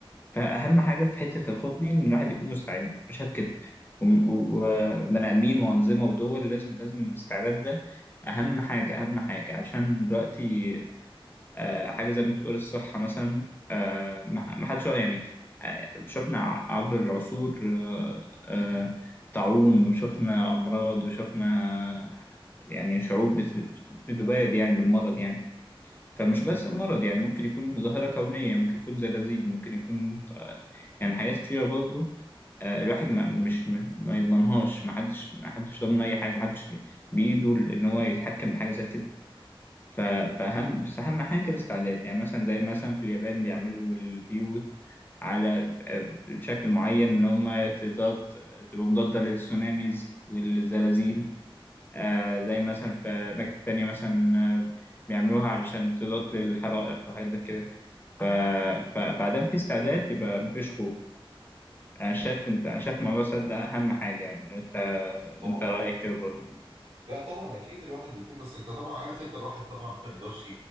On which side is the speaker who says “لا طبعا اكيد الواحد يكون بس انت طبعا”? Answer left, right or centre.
Right